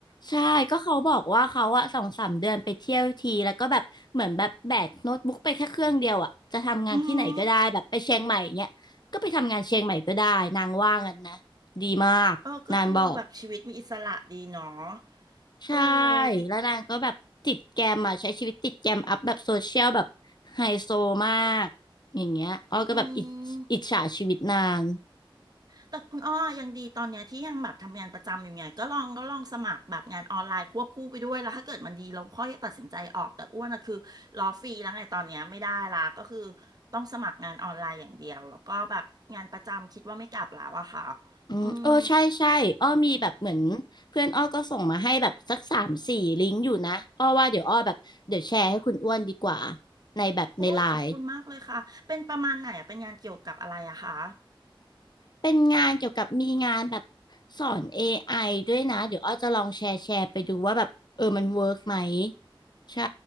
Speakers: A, on the left; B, on the right.
A: ใช่ก็เขาบอกว่าเขาอะสองสามเดือนไปเที่ยวทีแล้วก็แบบเหมือนแบบแบกโน้ตบุ๊กไปแค่เครื่องเดียวอะจะทำงานที่ไหนก็ได้แบบไปเชียงใหม่เงี้ยก็ไปทำงานเชียงใหม่ก็ได้นางว่างั้นนะดีมากนางบอก
B: อือหือเออก็ดูแบบชีวิตมีอิสระดีเนาะ
A: ใช่
B: เออดี
A: แล้วนางก็แบบติดแกรมอะใช้ชีวิตติดแกรมอัพแบบโซเชียลแบบไฮโซมากอย่างเงี้ยอ้อก็แบบอิจอิจฉาชีวิตนาง
B: อืม แต่คุณอ้อยังดีตอนเนี้ยที่ยังแบบทำงานประจำอยู่ไงก็ลองก็ลองสมัครแบบงานออนไลน์ควบคู่ไปด้วยแล้วถ้าเกิดมันดีเราค่อยตัดสินใจออกแต่อ้วนอะคือรอฟรีแล้วไงตอนเนี้ยไม่ได้ละก็คือต้องสมัครงานออนไลน์อย่างเดียวแล้วก็แบบงานประจำคิดว่าไม่กลับแล้วอะค่ะ
A: อืมเออใช่ใช่อ้อมีแบบเหมือนเพื่อนอ้อก็ส่งมาให้แบบสักสามสี่ลิงก์อยู่นะอ้อว่าเดี๋ยวอ้อแบบเดี๋ยวแชร์ให้คุณอ้วนดีกว่า
B: อืม
A: ในแบบในไลน์
B: โอ้ยขอบคุณมากเลยค่ะเป็นประมาณไหนอะเป็นงานเกี่ยวกับอะไรอะคะ
A: เป็นงานเกี่ยวกับมีงานแบบสอน AI ด้วยนะเดี๋ยวอ้อจะลองแชร์แชร์ไปดูว่าแบบเออมันเวิร์กไหมใช่